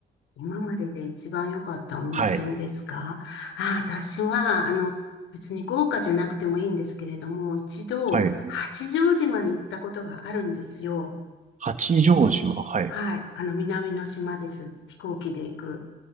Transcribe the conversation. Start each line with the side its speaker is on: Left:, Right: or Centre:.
Left: 今までで一番良かった温泉ですかああ、
Right: はい。
Left: 私は、あの、別に豪華じゃなくてもいいんですけれども、一度、
Right: はい。
Left: 八丈島に行ったことがあるんですよ。
Right: 八丈島、はい。
Left: はい。あの、南の島です。飛行機で行く。